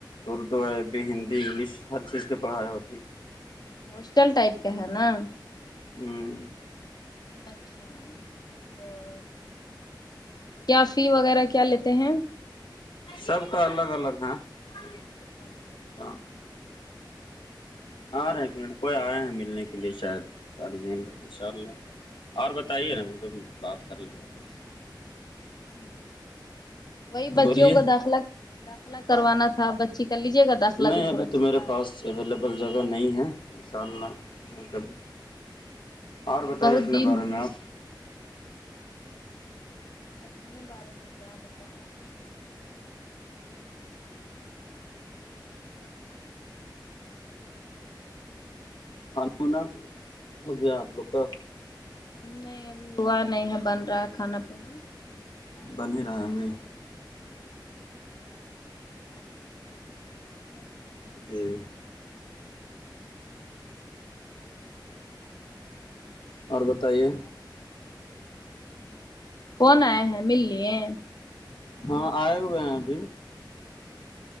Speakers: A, on the left; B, on the left.
A: اردو عربی ہندی انگلش ہر چیز کی پڑھائی ہوتی ہے
B: ہوسٹل ٹائپ کا ہے نا
A: ہوں
B: اچھا تو کیا فی وغیرہ کیا لیتے ہیں
A: سب کا الگ الگ ہے وعلیکم
B: اچھا
A: السلام
B: اچھا
A: <unintelligible> آ رہے ایک منٹ کوئی آئے ہیں ملنے کے <unintelligible> کے لیے شاید گارجین ان شاء اللہ اور بتائیے نا وہ تو بات کر لینا لگ سے <unintelligible>
B: ہ وہی بچیوں
A: بولیے
B: کو داخلہ داخلہ کروانا تھا بچی کر لیجے گا داخلہ
A: نہیں
B: دوٹھو
A: ابھی
B: بچی
A: تو میرے
B: کا
A: پاس اویلیبل جگہ نہیں ہے ان شاء اللہ کبھی اور بتائیے
B: بہت
A: اپنے
B: دن
A: بارے میں آپ
B: اپنے بارے میں کیا بتائیں <inaudible>
A: کھاناناا ہو گیا آپ لوگ کا <unintelligible>
B: نہیں ابھی ہوا نہیں ہے بن رہا ہے کھانا پینا
A: بن ہی رہا ہے ابھی
B: ہوں <unintelligible> ہوں <unintelligible>
A: جی اور بتائیے
B: کون آئے ہیں مل لیے
A: ہاں آئے ہوئے ہیں ابھی